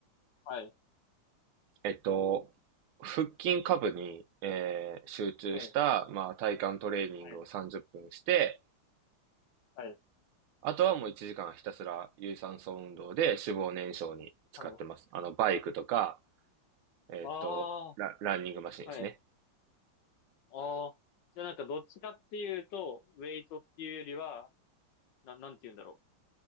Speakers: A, on the left (about 70°); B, on the right (about 90°).
A: はい。
B: えっと、腹筋下部に、えー集中した、
A: はい。
B: まあ、体幹トレーニングを30分して、
A: はい。はい。
B: あとはもう1時間ひたすら有酸素運動で脂肪燃焼に使ってます。
A: はい。
B: あの、バイクとか、えっと、
A: ああ、
B: ラ、ランニングマシンですね。
A: はい。ああ。じゃあなんかどっちかっていうと、ウェイトっていうよりは、な、なんて言うんだろ